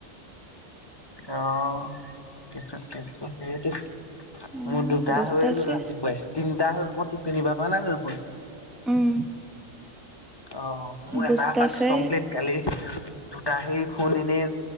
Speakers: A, on the left; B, in the centre.
A: আহ কেছটৌ সেইটো।
B: উম
A: মোৰ দুটা
B: বস্তা
A: হৈয়ে
B: আছে
A: গ'ল ৰাতিপুৱাই, তিনিটা হ'ল। মই তিনি বাৰ কৰা নাই জানো ফোন
B: উম
A: অ' মোৰ
B: বস্তা
A: এটা টাক্স
B: আছে
A: কমপ্লিট, কালি দুটা সেই ফোন এনেই